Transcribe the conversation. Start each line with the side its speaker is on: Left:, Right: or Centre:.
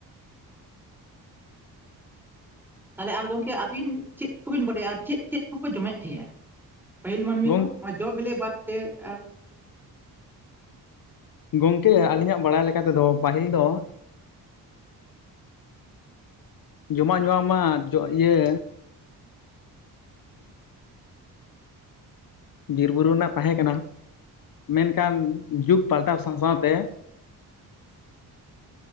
Centre: ᱛᱟᱦᱚᱞᱮ ᱟᱨ ᱜᱚᱝᱠᱮ ᱟᱹᱵᱤᱱ ᱪᱮᱫ ᱠᱚᱵᱤᱱ ᱵᱟᱰᱟᱭᱟ? ᱟᱨ ᱪᱮᱫ ᱪᱮᱫ ᱠᱚᱠᱚ ᱡᱚᱢᱮᱫ ᱛᱟᱦᱮᱸᱜᱼᱟ? ᱯᱟᱹᱦᱤᱞ ᱢᱟᱹᱱᱢᱤ
Left: ᱜᱚᱝ
Centre: ᱠᱚ ᱱᱚᱣᱟ ᱡᱚ ᱵᱮᱞᱮ ᱵᱟᱫᱛᱮ ᱟᱨ
Left: ᱜᱚᱝᱠᱮ ᱟᱹᱞᱤᱧᱟᱜ ᱵᱟᱲᱟᱭ ᱞᱮᱠᱟ ᱛᱮᱫᱚ ᱯᱟᱹᱦᱤᱞ ᱫᱚ ᱡᱚᱢᱟᱜ ᱧᱩᱣᱟᱜ ᱢᱟ ᱤᱭᱟᱹ ᱵᱤᱨ ᱵᱩᱨᱩ ᱨᱮᱱᱟᱜ ᱛᱟᱦᱮᱸ ᱠᱟᱱᱟ ᱢᱮᱱᱠᱷᱟᱱ ᱡᱩᱜᱽ ᱯᱟᱞᱴᱟᱣ ᱥᱟᱶ ᱥᱟᱶᱛᱮ